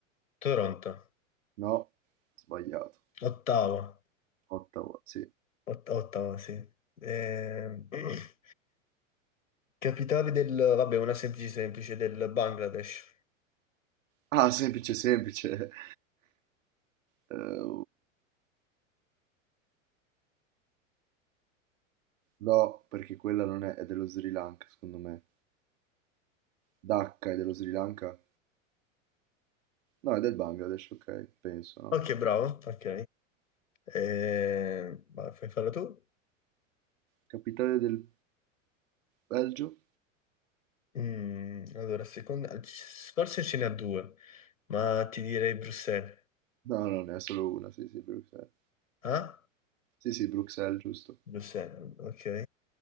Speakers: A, on the left (about 85°); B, on the right (about 70°).
A: Toronto,
B: No, sbagliato.
A: Ottawa,
B: Ottawa, sì.
A: Ot- Ottawa, sì. E- <clears throat> Capitale del, vabbè, una semplice semplice, del Bangladesh.
B: Ah, semplice, semplice. <laughs> Eh, no, perché quella non è, è dello Sri Lanka, secondo me. Dhaka è dello Sri Lanka. No, è del Bangladesh, ok, penso, no?
A: Ok, bravo, ok. E... vai, fai farla tu?
B: Capitale del Belgio?
A: Mm, allora, seconda... Forse ce n'ha due, ma ti direi Bruxelles.
B: No, no, ne è solo una, sì, sì, Bruxelles.
A: Ah?
B: Sì, sì, Bruxelles, giusto.
A: Bruxelles, ok.